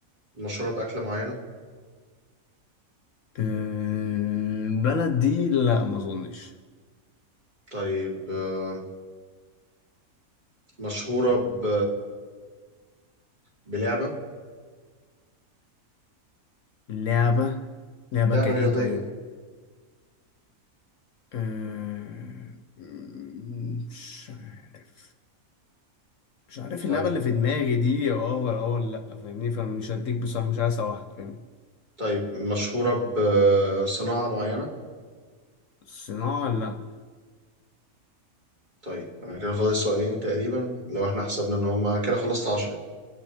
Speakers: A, on the right (about 30°); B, on the left (about 65°).
A: مشهوره باكله معينه
B: إيه، البلد دي لا ما اظنش
A: طيب أه مشهوره ب بلعبه
B: لعبه لعبه
A: لعبه
B: كايه
A: رياضيه
B: طيب إيه، مش عارف مش عارف اللعبه
A: طيب
B: اللي في دماغي دي اه ولا اه ولا لا فاهمني فمش هديك بصراحه مش عايز اسوحك فاهمني
A: طيب مشهوره بصناعه معينه
B: الصناعه لا
A: طيب انا كده فاضل سؤالين تقريبا لو احنا حسبنا ان هم كده خلصت 10